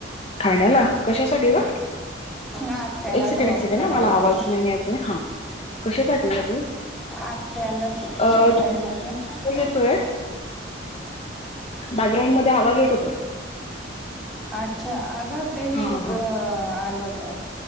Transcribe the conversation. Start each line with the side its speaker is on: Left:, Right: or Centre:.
Left: ठाण्याला कशासाठी ग
Centre: आत्याला
Left: एक सेकंड
Centre: ड्रॉप
Left: एक सेकंड
Centre: करायला.
Left: मला आवाज नाही येते हा कशासाठी जाते
Centre: आत्याला
Left: अ आवाज
Centre: सोडायला गं. पणी.
Left: येतोय बॅकग्राउंड मध्ये आवाज येत होता.
Centre: अच्छा अगं तेहेच
Left: हा हा हा
Centre: अ आल होत.